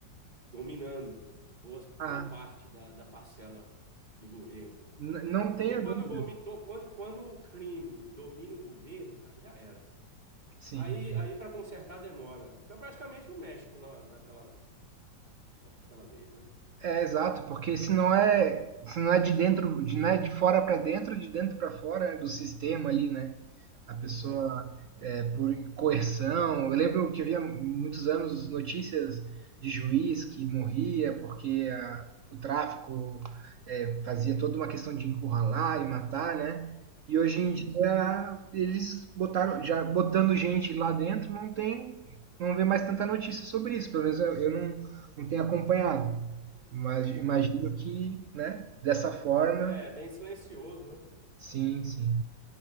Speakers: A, on the right (about 25°); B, on the right (about 85°).
A: dominando boas,
B: Ah,
A: boa parte da, da parcela do governo.
B: n- não
A: Porque
B: tenha
A: quando
B: dúvida.
A: o, gomi- to- quando, quando o crime domina o governo, cara, já era.
B: Sim.
A: Aí, aí para consertar demora. né? Fica praticamente o México na, naquela, naquela vez, né?
B: É exato, porque se não é, se não é de dentro, de, não é de fora para dentro, de dentro para fora, né, do sistema ali, né? A pessoa
A: É,
B: é, por coerção. Eu lembro que havia muitos anos notícias de juiz que morria porque a, o tráfico é, fazia toda uma questão de encurralar e matar, né? E hoje
A: isso.
B: em dia eles botaram, já botando gente lá dentro, não tem, não vê mais tanta notícia sobre isso. Pelo menos eu, eu não, não tenho acompanhado. Mas
A: É,
B: imagino que, né? Dessa forma,
A: é bem silencioso, né?
B: sim, sim.